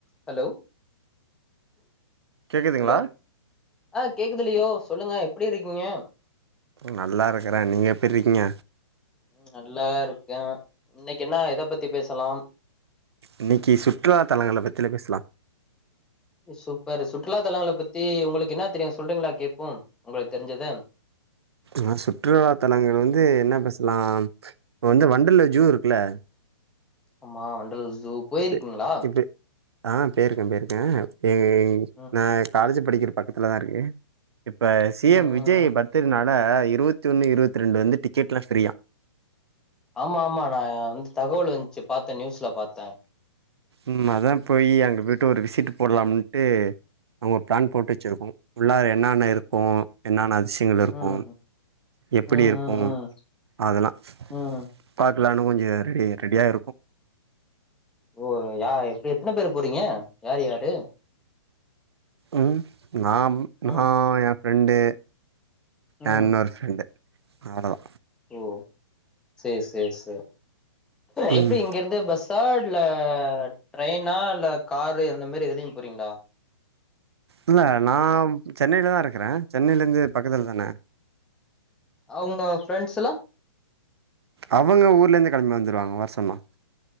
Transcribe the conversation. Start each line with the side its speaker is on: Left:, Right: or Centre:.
Centre: hello
Right: கேக்குதுங்களா
Centre: Hello ஆ கேக்குது லியோ சொல்லுங்க எப்பிடி இருக்கீங்க
Right: நல்லா இருக்கறே நீங்க எப்பிறிக்கீங்க
Centre: ம் நல்லா <unintelligible> இன்னைக்கு என்ன எத பத்தி பேசலாம்
Right: இன்னிக்கு சுற்றுலா தலங்களள பத்தில பேசலா
Centre: சூப்பர் சுற்றுலா தலங்கள பத்தி உங்களுக் என்ன தெரியு சொல்றீங்களா கேப்போம் உங்களுக்கு தெரிஞ்சது
Right: நா சுற்றுலா தலங்கள்ந்து என்ன பேசலாம் இப்போ வந்து வண்டலு ஜூ இருக்குல்ல
Centre: ஆமா வண்டல் ஜூ ஜூ போயிருக்கீங்களா
Right: இப்ப இப்ப ஆ பேயிருக்கே பேயிருக்கே ஏ
Centre: ம்
Right: நா காலேஜ் படிக்கிறப் பக்கத்துத்திலதா இருக்கு இப்ப சி
Centre: ம் ம்
Right: எம் விஜய்
Centre: ம் ம்
Right: பத்திர நாள் ள இருபத்தி ஒன்னு இருபத்தி ரெண்டு வந்து டிக்கெட்லா ஃபரீயா
Centre: ஆமா ஆமா நாந்து தகவல் வந்துச்சி பாத்தே நியூஸ்ல பாத்தே
Right: ம் அதா போயி் அங்க போட் ட்டு ஒரு விசிட் போடலாம்ட்டு நாங்க ஒ பிளான் போட்டு வச்சிருக்கோ உள்ளார என்னான்ன இருக்கு என்னான்னா அது ஷயங்கள் இருக்கு
Centre: ம்
Right: எப்பிடி
Centre: ம்
Right: இருக்கு
Centre: ம் ம்
Right: அதெல்லா
Centre: ம்
Right: பாத் ப்பிளான் கொஞ்சே ரெடி ரெடியா இருக்கு
Centre: ஓ யா எப்பிடி எத்தன பேரு போறீங்க யாரு யாரு
Right: ம் நா நா
Centre: ம்
Right: ஏ ஃபிரரெண்டு
Centre: ம்
Right: ஆ இனொரு ஃப்ரெண்டு ஆடதா
Centre: ஓ சேரி சேரி சேரி
Right: ம்
Centre: எப்டி இங்கிருந்து பஸ்ஸா இல்ல ட்ரைன்னா இல்ல காரு இந்த மாரி எதுலயு போறீங்களா
Right: இல்ல நா சென்னையிலதா இருக்கறே சென்னையில இருந்து பக்கத்துல தானே
Centre: அவங்க ஃப்ரெண்ட்ஸ் எல்லா
Right: அவங்க ஊர்லருந்து களம்பி வந்துருவாங்க வர சொன்னா